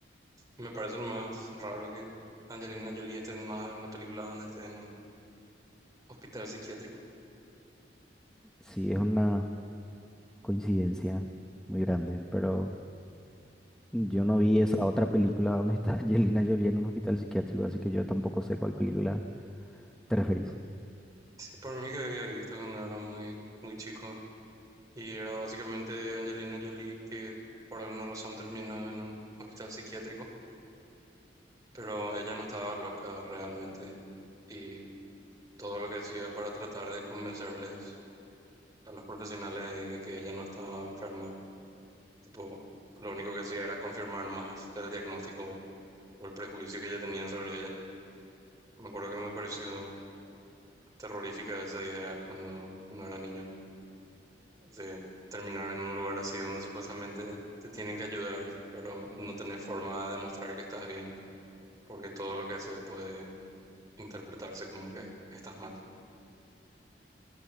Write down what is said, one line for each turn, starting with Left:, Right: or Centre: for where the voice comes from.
Right: Me parece más raro que Angelina Jolie esté en más de una película donde esté en un hospital psiquiátrico.
Centre: Sí, es una coincidencia muy grande, pero yo no vi esa otra película donde está <laughs> Angelina Jolie en un hospital psiquiátrico, así que yo tampoco sé cuál película te referís.
Right: Sí, por mí que había visto cuando era muy, muy chico. Y era básicamente Angelina Jolie que por alguna razón terminó en un hospital psiquiátrico. Pero ella no estaba loca realmente. Y todo lo que hacía para tratar de convencerles a los profesionales ahí de que ella no estaba enferma. Tipo, lo único que hacía era confirmar más el diagnóstico o el prejuicio que ya tenían sobre ella. Me acuerdo que me pareció terrorífica esa idea cuando, cuando era niño, de terminar en un lugar así donde supuestamente te tienen que ayudar, pero no tenés forma de demostrar que estás bien, porque todo lo que haces puede interpretarse como que estás mal.